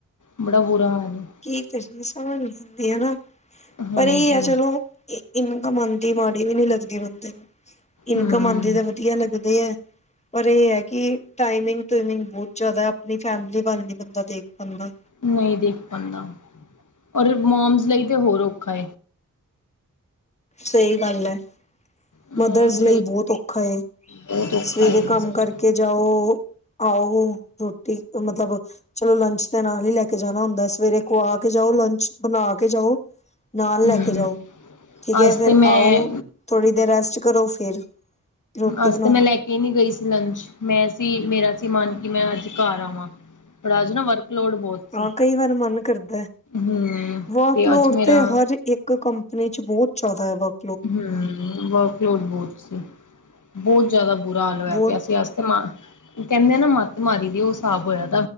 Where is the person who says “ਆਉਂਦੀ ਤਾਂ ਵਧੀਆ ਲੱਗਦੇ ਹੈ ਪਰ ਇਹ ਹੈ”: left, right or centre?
Left